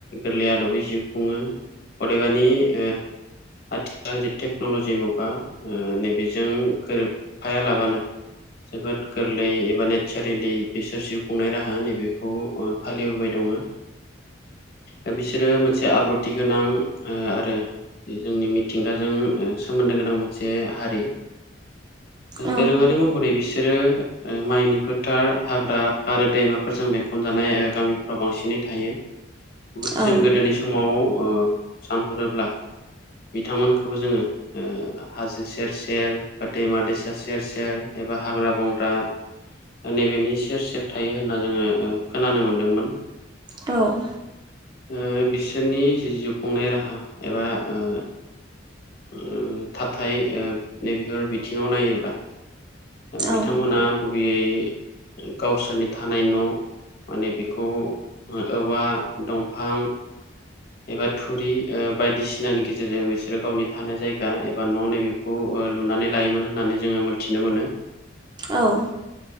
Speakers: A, on the left; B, on the right.
A: गोरलै आदबै जिउ खुङो अदेबानि ओ आथिखाल जे टेक्न'लजि मुगा ओ नैबेजों गोरोबफाया लाबानो जोबद गोरलै एबा नेचारेलि बिसोर जिउ खुंनाय राहा नैबेखौ ओ फालिबोबाय दङ। दा बिसोरो मोनसे आब्रुथि गोनां ओ आरो बे जोंनि मिथिंगाजों ओ सोमोन्दो गोनां मोनसे हारि।
B: <inaudible> औ
A: दोरोङारि महरै बिसोर बिसोरो माइनि फोथार हाग्रा आरो दैमाफोरजों बेंखनजानाय गामि फोराव बांसिनै थायो। बुहुद
B: औ
A: जों गोदोनि समाव सानहरोब्ला बिथांमोनखौबो जोङो ओ हाजो सेर सेर बा दैमा दैसा सेर सेर एबा हाग्रा बंग्रा नैबेनि सेर सेर थायो होनना जोङो खोनानो मोनदोंमोन।
B: औ
A: ओ बिसोरनि जि जिउ खुंनाय राहा एबा ओ ओम थाथाय ओ नैबेफोर बिथिङाव नायोब्ला बिथांमोना
B: औ
A: गुबैयै गावसोरनि थानाय न' माने बेखौ औवा दंफां एबा थुरि ओ बायदिसिनानि गेजेरजों बिसोरो गावनि थानाय जायगा एबा न' नैबे खौ लुनानै लायोमोन होननानै जोङो मोनथिनो मोनो।
B: औ